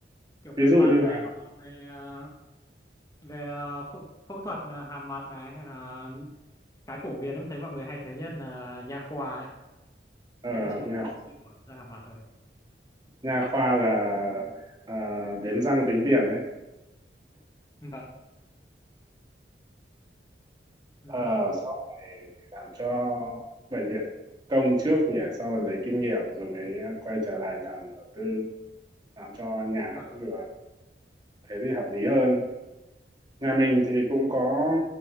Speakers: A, on the left; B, on the right.
A: kiểu
B: ví
A: về
B: dụ
A: mặt
B: như là
A: này hoặc là về ờ, về ờ, phẫu phẫu thuật ờ, hàm mặt này hay là cái phổ biến em thấy mọi người hay thấy nhất là nha khoa ấy ạ
B: ờ,
A: cái cũng chỉ
B: học
A: là
B: nhà
A: một cái dịch mở ra hàm mặt thôi
B: nha khoa là ờ, đếm răng tính tiền đấy
A: vâng ừ.
B: Ờ, sau này thì làm cho bệnh viện công trước nhỉ sau rồi lấy kinh nghiệm rồi mới ờ, quay trở lại làm ở tư làm cho nhà
A: và
B: cũng được thế thì hợp lý hơn nhà mình thì cũng có